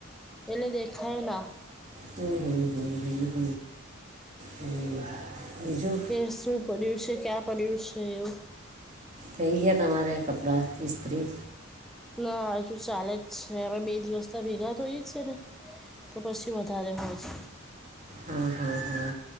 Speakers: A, in the centre; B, on the right.
A: એટલે દેખાયના.
B: હ હું હું હું હ, હ બીજું.
A: એશું પડ્યું છે ક્યાં પડ્યું છે એવું.
B: થઈ ગયા તમારે કપડાં ઇસ્ત્રી?
A: ના હજુ ચાલે જ છે, હવે બે દિવસતા ભેગા થઈ છે ને. તો પછી વધારે હોય છે.
B: હા હા હા